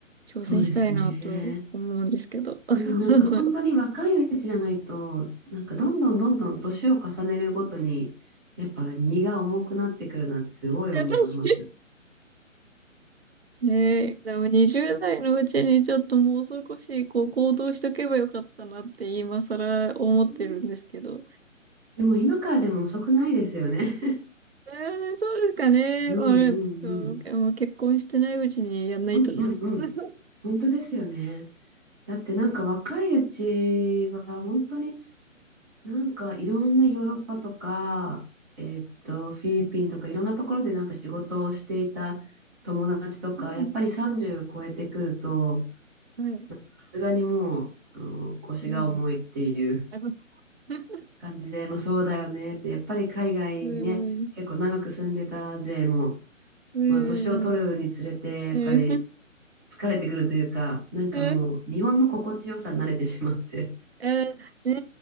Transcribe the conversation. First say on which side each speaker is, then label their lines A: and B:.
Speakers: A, on the right; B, on the right.
A: 挑戦したいなと思うんですけど。
B: そうですね。
A: <laughs>
B: うん、なんか本当に若いうちじゃないと、なんかどんどんどんどん年を重ねるごとに、やっぱ荷が重くなってくるなってすごい思います。
A: 私、ねえ、でも20代のうちにちょっともう少しこう行動しとけばよかったなって今更思ってるんですけど。
B: うんでも今からでも遅くないですよね。<laughs>
A: えー、そうですかね。
B: うんう
A: まあ、そう、
B: んうん。
A: もう結婚してないうちにやんないとね。
B: うんうんうん。
A: <laughs>
B: 本当ですよね。だってなんか若いうちは本当に
A: うん。
B: なんかいろんなヨーロッパとか、えーっと、フィリピンとかいろんなところでなんか仕事をしていた友達とか、
A: うん。
B: やっぱり30超えてくると、
A: はい。
B: さすがにもう、あの、腰が重いっていう
A: うん。ありました。うん。
B: 感じで、まあそうだよねって、やっぱり海外にね、
A: うん。
B: 結構長く住んでた勢も、
A: うん。
B: まあ年を取るにつれて、やっぱり
A: うん。
B: 疲れてくるというか、なんかもう日本の心地よさに慣れてしまって、
A: え、えー、ね